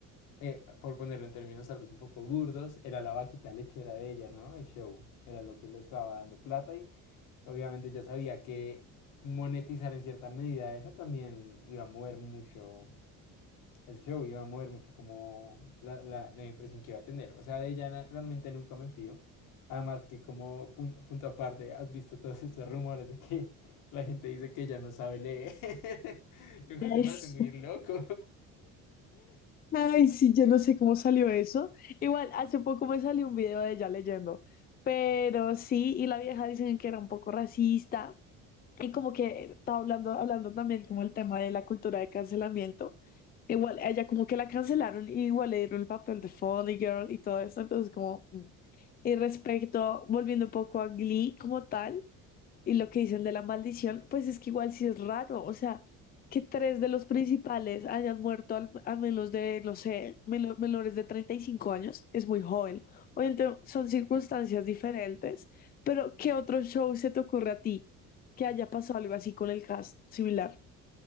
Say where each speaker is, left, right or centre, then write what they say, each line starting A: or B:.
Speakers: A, on the left (about 70°); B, on the left (about 30°).
A: eh, por ponerlo en términos tal vez un poco burdos, era la vaquita lechera de ella, ¿no? El show era lo que le estaba dando plata y obviamente ya sabía que monetizar en cierta medida eso también iba a mover mucho el show iba a mover mucho como la, la, la impresión que iba a tener. O sea, de ella realmente nunca me fío. Además que como pun- punto, aparte, has visto todos estos rumores de que la gente dice que ella no sabe leer, <laughs> lo cual se
B: Ay,
A: me
B: sí,
A: hace muy loco.
B: Ay, sí, yo no sé cómo salió eso. Igual, hace poco me salió un video de ella leyendo, pero sí, y la vieja dicen que era un poco racista, Y como que estaba hablando, hablando también como el tema de la cultura de cancelamiento. Igual, a ella como que la cancelaron y igual le dieron el papel de Funny Girl y todo eso. Entonces como... mm. Y respecto, volviendo un poco a Glee como tal, y lo que dicen de la maldición, pues es que igual sí es raro, o sea, que tres de los principales hayan muerto al- a menos de, no sé, meno- menores de 35 años, es muy joven. Obviamente son circunstancias diferentes, pero ¿qué otro show se te ocurre a ti que haya pasado algo así con el cast similar?